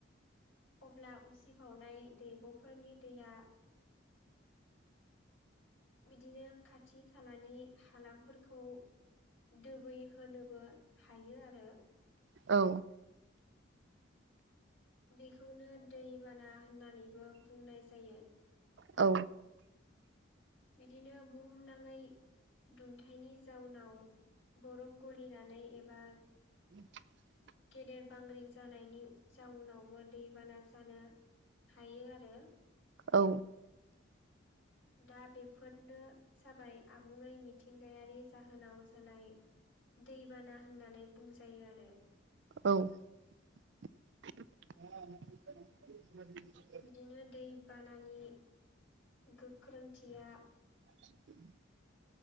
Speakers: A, on the left; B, on the right.
A: अब्ला उसिफावनाय दैब'फोरनि दैया बिदिनो खाथि खालानि हालामफोरखौ दोबै होनोबो हायो आरो
B: औ
A: बेखौनो दैबाना होननानैबो बुंनाय जायो
B: औ
A: बिदिनो बुहुमनाङै दुंथायनि जाउनाव बरफ ग फैनानै एबा
B: <inaudible>
A: गेदेर बांग्रिं जानायनि जाउनावबो दैबाना जानो हायो आरो
B: औ
A: दा बेफोरनो जाबाय आबुङै मिथिंगायारि जाहोनाव जानाय दैबाना होननानै बुंजायो आरो
B: औ
A: बिदिनो दै बानानि गोख्रोंथिया
B: <inaudible>